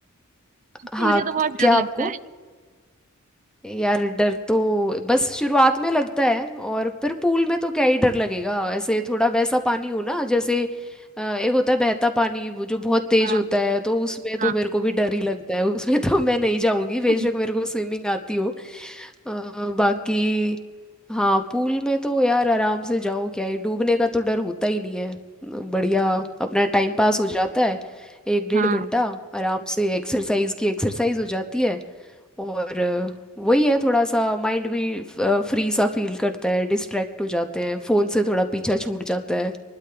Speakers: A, in the centre; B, on the right (about 35°).
A: हाँ
B: मुझे तो बहुत डर
A: क्या आपको
B: लगता है
A: यार डर तो बस शुरुआत में लगता है और फिर पूल में तो क्या ही डर लगेगा ऐसे थोड़ा वैसा पानी हो ना जैसे अ, एक होता है बहता पानी वो जो बहुत तेज
B: हाँ
A: होता है तो उसमें तो
B: हाँ
A: मेरे को भी डर ही लगता है उसमें तो मैं नहीं जाऊंगी बेशक
B: अच्छा,
A: मेरे को स्विमिंग आती हो अ, बाकी हाँ पूल में तो यार आराम से जाओ क्या है डूबने का तो डर होता ही नहीं है बढ़िया अपना टाइम पास हो जाता है एक डेढ़
B: हाँ
A: घंटा आराम से एक्सरसाइज की एक्सरसाइज हो जाती है और वही है थोड़ा सा माइंड भी फ्री सा फील करता है डिस्ट्रैक्ट हो जाते हैं फोन से थोड़ा पीछा छूट जाता है